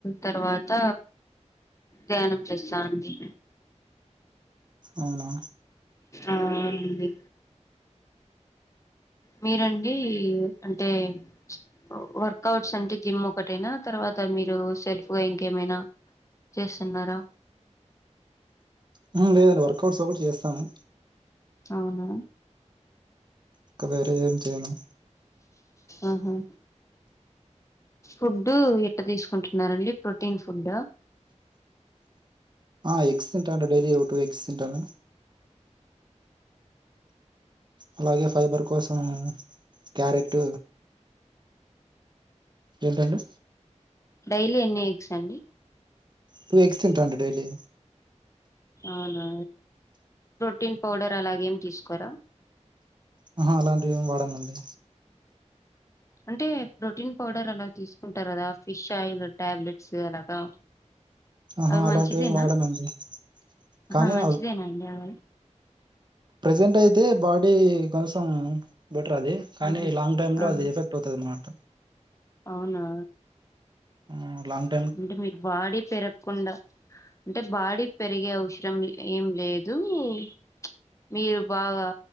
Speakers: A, on the left (about 25°); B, on the right (about 40°).
A: తర్వాత ధ్యానం చేస్తా అండి
B: అవునా
A: అ అండి మీరండి అంటే ప్చ్ వర్కౌట్స్ అంటే జిమ్ ఒకటేనా తర్వాత మీరు సెల్ఫ్గా ఇంకేమైనా చేస్సున్నారా
B: హ్మ్ లేదండి వర్కౌట్స్ కూడా చేస్తాను
A: అవునా
B: ఇంక వేరే ఏం చేయను
A: అహు ఫుడ్డు ఎట్ట తీసుకుంటున్నారండి ప్రోటీన్ ఫుడ్
B: ఆ ఎగ్గ్స్ తింటాను అండి డైలీ ఒక టూ ఎగ్స్ తింటాను అలాగే ఫైబర్ కోసం క్యారెట్ ఏంటండి
A: డైలీ ఎన్ని ఎగ్స్ అండి
B: టూ ఎగ్స్ తింటాను అండి డైలీ
A: అవునా ప్రోటీన్ పౌడర్ అలాగేమి తీసుకోరా
B: ఆహా అలాంటివి ఏమి వాడనండి
A: అంటే ప్రోటీన్ పౌడర్ అలా తీసుకుంటారు గదా ఫిష్ ఆయిల్ టాబ్లెట్స్ అలాగా
B: ఆహా
A: అవి
B: అలాంటివి
A: మంచిదేనా
B: ఏమి వాడనండి
A: ఆహా
B: కానీ
A: మంచిదేనా అండి అవి
B: ప్రెజెంట్ అయితే బాడీ కోసం బెటర్ అది కానీ
A: ఆహా
B: లాంగ్ టైమ్ లో
A: ఆహా
B: అది ఎఫెక్ట్ పోతది అనమాట
A: అవునా
B: ఆ లాగ్
A: అంటే మీక్ బాడీ పెరగకుండా అంటే బాడీ పెరిగే అవసరం ఏం లేదు చ్ మీరు బాగా